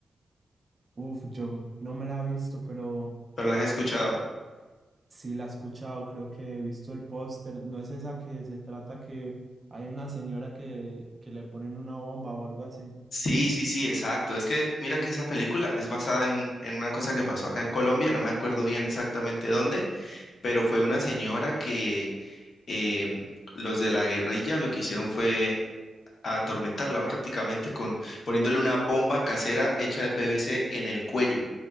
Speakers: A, on the right; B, on the left.
A: Uf, yo no me la he visto, pero
B: pero la has escuchado.
A: sí la he escuchado, creo que he visto el póster, no es esa que se trata que hay una señora que, que le ponen una bomba o algo así.
B: Sí, sí, sí, exacto. Es que mira que esa película es basada en un, en una cosa que pasó acá en Colombia, no me acuerdo bien exactamente dónde, pero fue una señora que em, los de la guerrilla lo que hicieron fue a atormentarla prácticamente con poniéndole una bomba casera hecha de PVC en el cuello